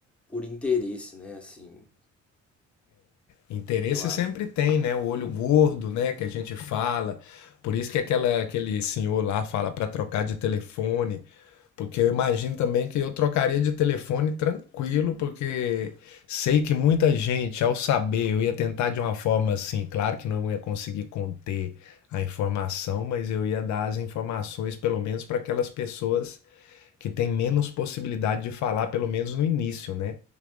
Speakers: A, in the centre; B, on the left.
A: por interesse, né? Assim,
B: Interesse
A: eu acho
B: sempre
A: que
B: tem, né? O olho gordo, né? Que a gente fala. Por isso que aquela, aquele senhor lá fala para trocar de telefone. Porque eu imagino também que eu trocaria de telefone tranquilo, porque sei que muita gente, ao saber, eu ia tentar de uma forma assim, claro que não ia conseguir conter a informação, mas eu ia dar as informações, pelo menos, para aquelas pessoas que tem menos possibilidade de falar, pelo menos no início, né?